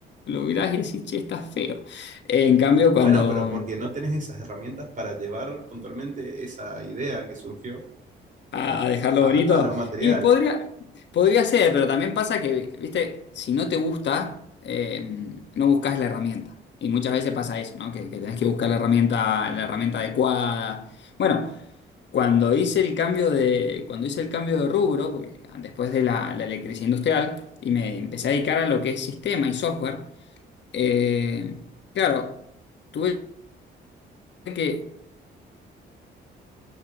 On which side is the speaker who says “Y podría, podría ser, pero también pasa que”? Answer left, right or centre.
Left